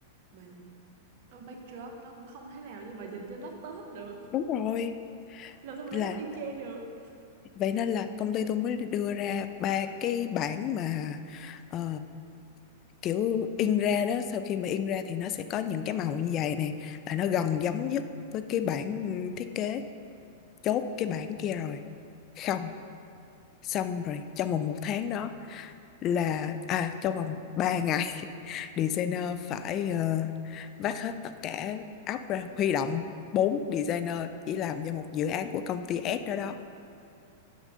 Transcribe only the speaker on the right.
bà nh- ở backdrop nó cũng không thể nào như bà nhìn trên laptop được
làm sao mà
nó giống y chang được